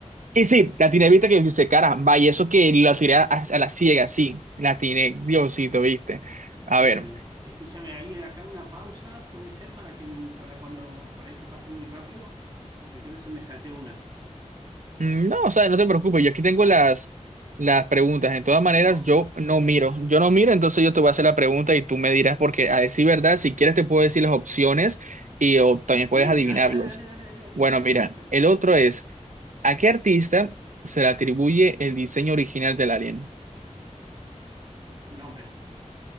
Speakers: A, on the right; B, on the right.
A: Y sí, la tiene vista que dice, caramba, y eso que la tiré a, a la ciega, sí, la tiene, Diosito, viste. A
B: bueno,
A: ver.
B: escúchame, ahí acá una pausa puede ser para que para cuando por ahí se pasa muy rápido, porque creo que se me salteó una.
A: Mm, No, o sea, no te preocupes, yo aquí tengo
B: Bueno,
A: las, las preguntas. En todas maneras,
B: vos se
A: yo
B: vas.
A: no miro. Yo no miro, entonces yo te voy a hacer la pregunta y tú me dirás, porque a decir verdad, si quieres te puedo decir las opciones y o también
B: Sí,
A: puedes adivinarlos.
B: dale, dale, dale, dale, dale, dale.
A: Bueno, mira,
B: Perfecto.
A: el otro es, ¿a qué artista se le atribuye el diseño original del Alien?
B: Nombres.